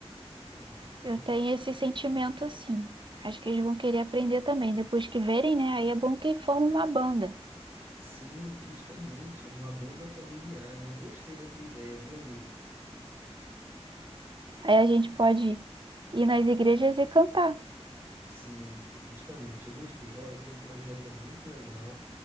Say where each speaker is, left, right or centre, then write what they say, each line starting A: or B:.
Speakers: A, on the right; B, on the right.
A: Aham.
B: Eu tenho esse sentimento assim. Acho que eles vão querer aprender também. Depois que verem, né? Aí é bom que forma uma banda.
A: Sim, justamente. Uma banda familiar, né? Eu gostei da tua ideia, viu, amiga?
B: Aí a gente pode ir nas igrejas e cantar.
A: Sim, justamente. Eu gostei. Olha, o teu projeto é muito legal.